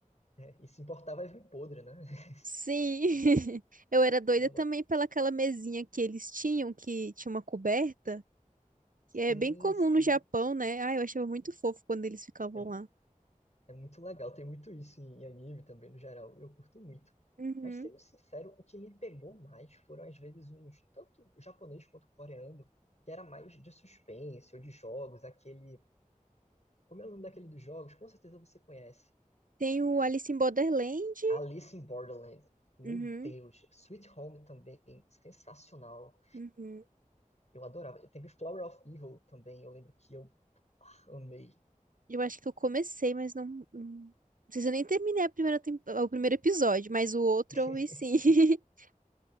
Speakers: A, on the left (about 55°); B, on the right (about 75°).
A: né? e se importar, vai vir podre, né? <laughs>
B: Sim. <laughs> Eu era doida
A: Caramba,
B: também pela aquela mesinha que eles tinham, que tinha uma coberta.
A: sim,
B: que é bem comum
A: sim.
B: no Japão, né? Ah, eu achava muito fofo quando eles ficavam
A: É,
B: lá.
A: é muito legal, tem muito isso em anime também, no geral. Eu curto muito.
B: Uhum,
A: Mas sendo sincero, o que me pegou mais foram às vezes uns, tanto japonês quanto coreano, que era mais de suspense ou de jogos, aquele. Como é o nome daquele dos jogos? Com certeza você conhece.
B: Tem o Alice in Borderland.
A: Alice in Borderland. Meu
B: uhum,
A: Deus. Sweet Home também, sensacional.
B: uhum.
A: Eu adorava. Teve Flower of Evil também, eu lembro que eu amei.
B: Eu acho que eu comecei, mas não. Não não sei se eu nem terminei a primeira temp- o primeiro episódio, mas o outro
A: <laughs>
B: eu vi sim. <laughs>